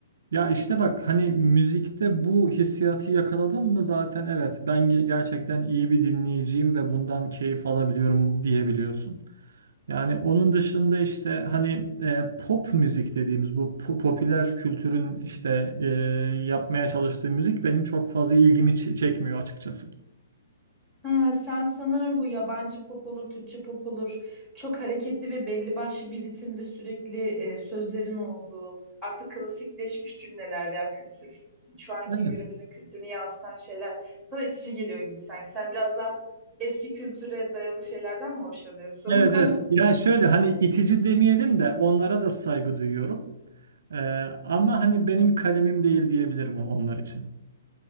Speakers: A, on the right; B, in the centre.
A: Ya işte bak hani müzikte bu hissiyatı yakaladım mı zaten evet ben ge- gerçekten iyi bir dinleyiciyim ve bundan keyif alabiliyorum diyebiliyorsun. Yani onun dışında işte hani e, pop müzik dediğimiz bu po- popüler kültürün işte e, yapmaya çalıştığı müzik benim çok fazla ilgimi ç- çekmiyor açıkçası.
B: Ha, sen sanırım bu yabancı pop olur, Türkçe pop olur. Çok hareketli ve belli başlı bir ritimde sürekli e, sözlerin olduğu, artık klasikleşmiş cümleler veya kültür, şu anki
A: Evet.
B: günümüzün kültürünü yansıtan şeyler sana itici geliyor gibi sanki. Sen biraz daha eski kültüre dayalı şeylerden mi hoşlanıyorsun?
A: Evet evet. Yani şöyle hani itici demeyelim de onlara da saygı duyuyorum. E, ama hani benim kalemim değil diyebilirim on- onlar için.